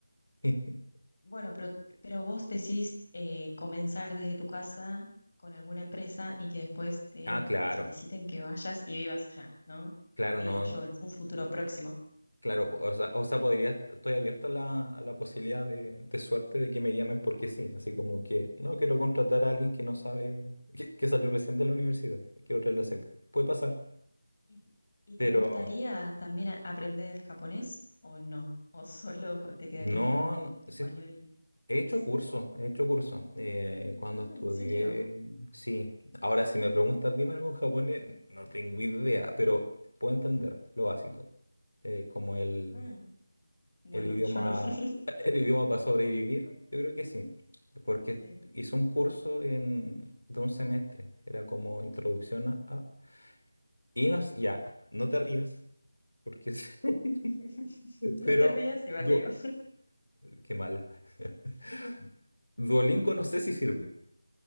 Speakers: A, on the left; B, on the left.
A: <laughs>
B: bueno, pero, pero vos decís eh, comenzar desde tu casa con alguna empresa y que después te
A: Ah, claro,
B: soliciten que vayas y vivas allá, ¿no?
A: claro,
B: Digo
A: no,
B: yo, un futuro próximo.
A: claro, po- o sea, o sea, podría, estoy abierto a la, a la posibilidad de, de suerte de que me llamen porque sí, así como que no quiero contratar a alguien que no sabe, que, que salió recién de la universidad, quiero traerlo cerca. Puede pasar,
B: ¿Y, y
A: pero...
B: te gustaría también a- aprender japonés o no? ¿O solo te quedarías
A: No,
B: con
A: no,
B: español
A: sí,
B: y
A: he
B: inglés?
A: hecho curso, he hecho curso. Eh, cuando
B: No,
A: estudié,
B: ¿en serio?
A: sí. Ahora, si me preguntas, dime algo en japonés, no tengo idea, pero puedo entender lo básico. Eh, como el,
B: Ah, bueno,
A: el idioma,
B: yo no. <laughs>
A: <laughs> el idioma para sobrevivir, yo creo que sí. Porque
B: Sí.
A: hice un curso en, de un semestre, era como introducción a... a- Y no, s- ya, no te rías, porque... es- <laughs>
B: <laughs> No
A: Pero,
B: te rías y me
A: du-
B: río.
A: qué mal. <laughs> Duolingo no sé si sirve.